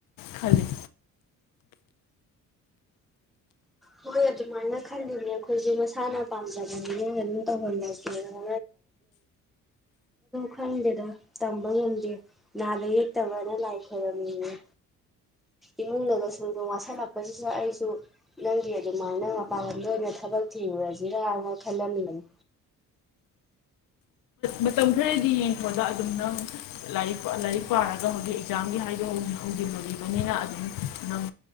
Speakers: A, on the left (about 85°); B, in the centre.
A: ꯈꯜꯂꯤ
B: ꯍꯣꯏ ꯑꯗꯨꯃꯥꯏꯅ ꯈꯜꯂꯤꯅꯦ ꯑꯩꯈꯣꯏꯁꯦ ꯃꯁꯥꯅ ꯄꯥꯝꯖꯕꯅꯤ ꯑꯗꯨꯝ ꯇꯧꯍꯜꯂ ꯀꯩꯅꯣ ꯈꯪꯗꯦꯗ ꯇꯝꯕ ꯉꯝꯗꯦ ꯅꯥꯗ ꯌꯦꯛꯇꯕꯅ ꯂꯥꯏ ꯈꯣꯏꯔꯝꯃꯤꯉ ꯏꯃꯨꯡꯒ ꯁꯨꯝꯗ ꯋꯥꯁꯜꯂꯛꯄꯁꯤꯁꯨ ꯑꯩꯁꯨ ꯅꯪꯒꯤ ꯑꯗꯨꯃꯥꯏꯅ ꯃꯄꯥꯟ ꯂꯝꯗ ꯑꯣꯏꯅ ꯊꯕꯛ ꯊꯤꯔꯨꯔꯁꯤꯔꯥꯅ ꯈꯜꯍꯜꯂꯅꯤ
A: ꯃꯇꯝ ꯈꯔꯗꯤ ꯌꯦꯡꯊꯣꯛꯑꯒ ꯑꯗꯨꯝ ꯅꯪ ꯂꯥꯏꯔꯤꯛ ꯂꯥꯏꯔꯤꯛ ꯄꯥꯔꯒ ꯍꯧꯖꯤꯛ ꯑꯦꯛꯖꯥꯝꯒꯤ ꯍꯥꯏꯗꯨ ꯍꯧꯖꯤꯂꯨꯈꯤꯕꯅꯤꯅ ꯑꯗꯨꯝ ꯅꯪ